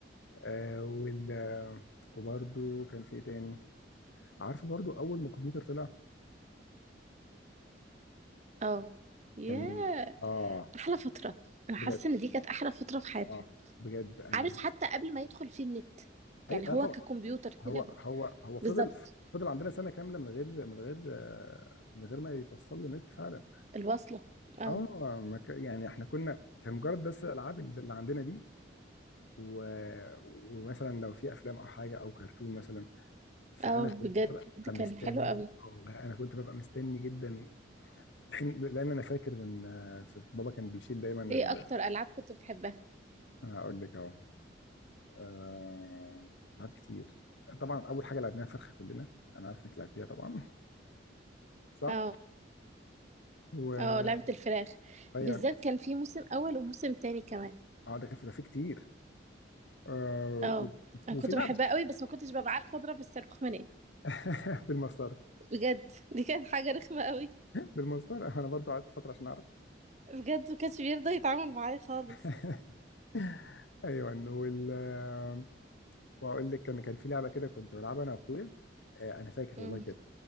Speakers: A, on the left; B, on the right.
A: آه وال وبرده كان في ايه تاني عارف برضو اول ما الكمبيوتر طلع
B: اه ياه
A: كان اه
B: احلى فتره انا
A: بجد
B: حاسه ان دي كانت احلى فتره في حياتنا
A: اه بجد انا
B: عارف حتى قبل ما يدخل فيه النت
A: اي
B: يعني
A: آه
B: هو
A: طبعا
B: ككمبيوتر كده
A: هو
B: بال-
A: هو هو فضل
B: بالظبط
A: فضل عندنا سنه كامله من غير من غير آه من غير ما يتوصل له نت فعلا
B: الوصله اه
A: اه ما ك- يعني احنا كنا كان مجرد بس الالعاب اللي عندنا دي و... ومثلا لو في افلام او حاجه او كرتون مثلا فانا
B: اه بجد
A: كنت ببقى مستني
B: كان حلو قوي
A: والله انا كنت ببقى مستني جدا لان لأن انا فاكر ان آه، بابا كان بيشيل دايما
B: ايه
A: ال...
B: اكتر العاب كنت بتحبها
A: آه، اقول لك اهو آه، ألعاب كتير طبعا أول حاجة لعبناها فرخة كلنا أنا عارف إنك لعبتيها طبعا <laughs> صح؟
B: اه
A: و
B: اه لعبه الفراخ
A: أيوة
B: بالذات كان في موسم اول وموسم تاني كمان
A: أه ده كان في ده في كتير آه،
B: اه انا
A: وفي
B: كنت
A: لعب
B: بحبها قوي بس ما كنتش ببقى عارفه اضرب الصاروخ منين
A: <laughs> بالمسطرة
B: بجد دي كانت حاجه رخمه قوي
A: بالمسطرة أنا برضو قعدت فترة عشان أعرف
B: بجد ما كانش بيرضى يتعامل معايا خالص
A: <laughs> أيوة وال آه، وأقول لك كان كان في لعبة كده كنت بلعبها أنا وأخويا آه، أنا فاكر
B: امم
A: والله بجد